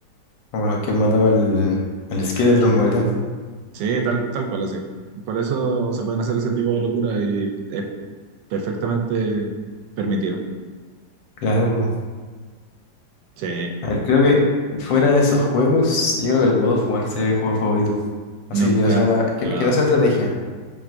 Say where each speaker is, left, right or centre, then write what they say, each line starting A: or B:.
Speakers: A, on the left; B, on the right.
A: Como los que mataba el, el Skeleton Guardián.
B: Sí, tal, tal cual, así. Por eso se pueden hacer ese tipo de locura y es perfectamente permitido.
A: Claro, po.
B: Sí,
A: A ver, creo que fuera de esos juegos, yo creo que el God of War sería mi juego favorito. Así
B: nunca
A: que no sea,
B: he jugado.
A: que, que no sea estrategia.